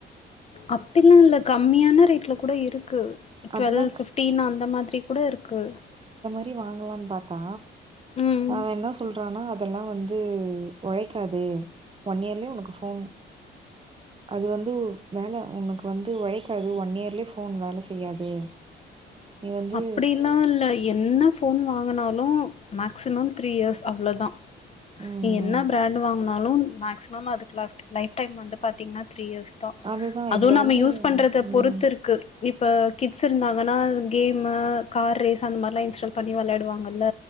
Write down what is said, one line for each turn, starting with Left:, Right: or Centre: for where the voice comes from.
Left: அப்டிலா இல்ல கம்மியான ரேட்ல கூட இருக்கு டுவெல்
Right: அதுதா
Left: ஃபிஃப்டீன் அந்த மாதிரி கூட இருக்கு
Right: அப்டி வாங்லானு பாத்தா
Left: ம்
Right: அவ என்ன சொல்றானா அதெல்லா வந்து ஒழைக்காது ஒன் இயர்லியே உனக்கு ஃபோன் அது வந் து வேணா உனக்கு வந்து ஒழைக்காது ஒன் இயர்லியே ஃபோன் வேல செய்யாது நீ வந்து
Left: அப்டிலா இல்ல என்ன ஃபோன் வாங்குனாலு மேக்சிமம் த்ரீ இயர்ஸ் அவ்ளோதா
Right: ம்
Left: நீங்க என்ன
Right: ம்
Left: ப்ராண்ட் வாங்னாலு மேக்சிமம் அதுக்கு லவ்ட் லைஃப் டைம் வந்து பாத்திங்ன்னா த்ரீ இயர்ஸ் த்தா
Right: அதுதா
Left: அது
Right: இதுல
Left: நம்ம
Right: வந்து
Left: யூஸ் பண்றத
Right: ம்
Left: பொறுத்து இருக்கு இப்ப கிட்ஸ் இருந்தாங்கன்னா கேமு கார் ரேஸ் அந்த மார்லா இன்ஸ்டால் பண்ணி வெளயாடுவாங்கல்ல